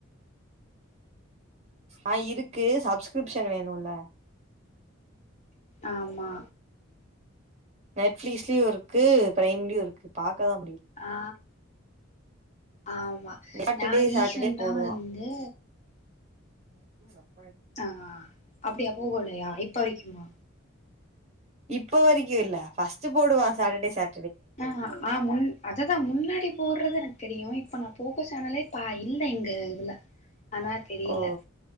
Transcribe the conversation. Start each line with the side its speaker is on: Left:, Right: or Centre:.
Right: ஆ இருக்கு சப்ஸ்கிரிப்ஷன் வேணுண்ல
Left: ஆமா
Right: நெட் ஃப்லீஸ்லியோ இருக் இருக்கு பிரைம்லயோ இருக்கு பாக்கதா முடியோ
Left: ஆ ஆமா
Right: சாட்டர்டே
Left: நா ரீஷண்டா
Right: சாட்டர்டே போடுவா
Left: வந்து
Right: <unintelligible>
Left: ஆ அப்டியா போட்லையா இப்ப வரைக்குமா
Right: இப்ப வரைக்கோ இல்ல ஃபஸ்டு போடுவா சாட்டர்டே ச
Left: ஆ ஆ முன் அதுதா முன்னாடி போட்றது எனக்கு தெரியு இப் ப்ப நா போகோ சேனலே பா இல்ல இங்க இதுல ஆனா தெரில
Right: ஓ